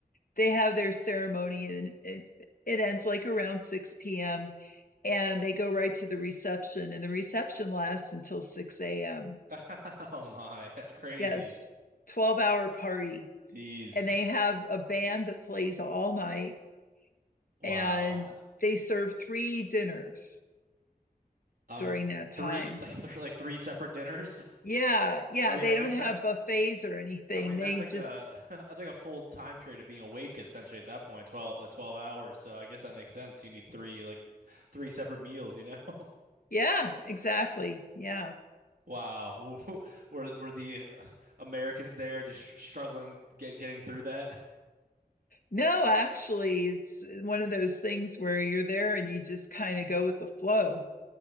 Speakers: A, on the left (about 60°); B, on the right (about 60°).
A: they have their ceremony and it, it ends like around 6 p.m. and they go right to the reception, and the reception lasts until 6 a.m.
B: <laughs> Oh my, that's crazy.
A: Yes, 12 hour party.
B: Jeez,
A: And they have a band that plays all night
B: wow.
A: and they serve three dinners
B: Um,
A: during that time.
B: three <laughs> like th like three separate dinners.
A: Yeah,
B: <laughs>
A: yeah,
B: I mean,
A: they
B: I guess
A: don't have
B: that's
A: buffets or anything.
B: I mean,
A: They
B: that's like
A: just
B: a <laughs> that's like a full time period of being awake essentially at that point, 12 uh, 12 hours. So I guess that makes sense. You need three like three separate meals, you know? <laughs>
A: yeah, exactly. Yeah.
B: Wow. <laughs> Were were the uh, Americans there just str- struggling get getting through that?
A: No, actually, it's one of those things where you're there and you just kind of go with the flow.